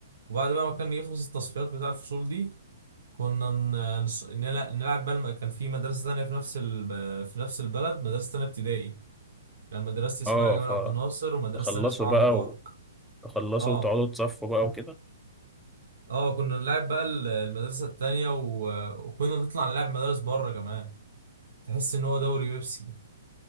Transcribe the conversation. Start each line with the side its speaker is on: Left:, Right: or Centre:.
Right: وبعد بقى ما كان يخلص التصفيات بتاع الفصول دي كنا ن- نص- نلع- نلعب بقى الم- كان في مدرسة تانية في نفس ال... في نفس البلد مدرسة تانية ابتدائي كان مدرستي اسمها
Centre: اه
Right: جمال عبد الناصر
Centre: فتخلصوا
Right: ومدرسة تانية اسمها
Centre: بقى
Right: علي مبارك
Centre: وتخلصوا
Right: اه
Centre: وتقعدوا تصفوا بقى وكده
Right: اه كنا نلعب بقى ال- المدرسة التانية و... وكنا نطلع نلعب مدارس بره كمان تحس إن هو دوري بيبسي